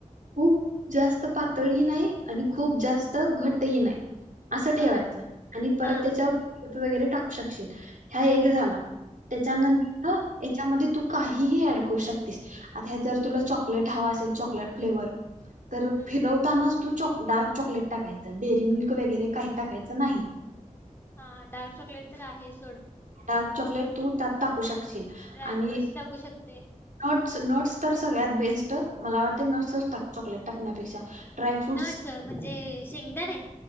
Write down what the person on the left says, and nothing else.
हा
हा
हा
हम्म
हा डार्क चॉकलेट तर आहे सोड.
ड्राय
फ्रूट्स टाकू शकते.
नट्स म्हणजे शेंगदाणे?